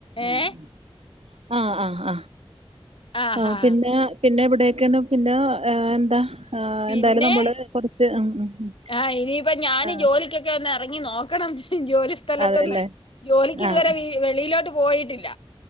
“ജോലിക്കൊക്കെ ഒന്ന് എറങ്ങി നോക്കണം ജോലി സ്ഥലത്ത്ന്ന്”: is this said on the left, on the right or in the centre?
Left